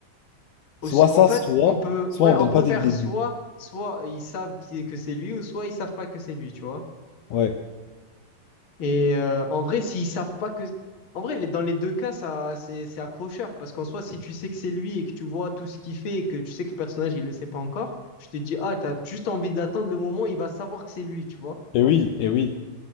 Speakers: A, on the left (about 45°); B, on the left (about 75°).
A: aussi-
B: Soit ça,
A: en fait,
B: soit,
A: on peut,
B: soit
A: ouais,
B: on
A: on
B: donne
A: peut
B: pas
A: faire
B: dès le début.
A: soit, soit ils savent qui- que c'est lui, ou soit ils savent pas que c'est lui, tu vois.
B: Ouais.
A: Et euh, en vrai, s'ils savent pas que, en vrai, les- dans les deux cas, ça, c'est, c'est accrocheur, parce qu'en soi, si tu sais que c'est lui et que tu vois tout ce qu'il fait et que tu sais que le personnage il le sait pas encore, tu te dis ah, t'as juste envie d'attendre le moment où il va savoir que c'est lui, tu vois.
B: Et oui, et oui.